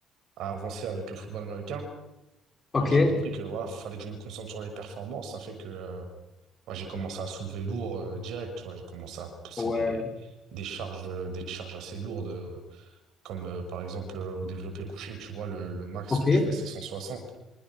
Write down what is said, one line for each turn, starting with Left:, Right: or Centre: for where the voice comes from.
Right: à avancer avec le football américain.
Left: ok,
Right: que j'ai compris que voilà, fallait que je me concentre sur les performances. Ça fait que euh, moi, j'ai commencé à soulever lourd euh, direct, tu vois. J'ai commencé à pousser
Left: ouais,
Right: des, des charges, euh, des charges assez lourdes, euh, comme euh, par exemple euh, au développé couché, tu vois, le, le max
Left: ok.
Right: que je fais, c'est 160.